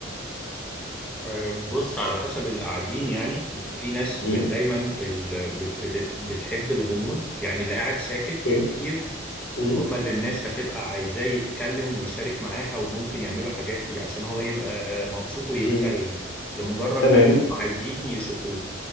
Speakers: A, in the centre; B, on the left.
A: آه، بص على حسب اللي قاعدين يعني في ناس بت-
B: امم
A: دايما ال- بت- بت- بتحب الغموض يعني اللي قاعد ساكت
B: اوكي
A: كتير
B: امم
A: هما اللي الناس هتبقى عايزاه يتكلم ويشارك معاها وممكن يعملوا حاجات ي- عشان هو يبقى مبسوط ويتكلم
B: امم
A: لمجرد
B: تمام
A: بس هم عايزين يشوفوه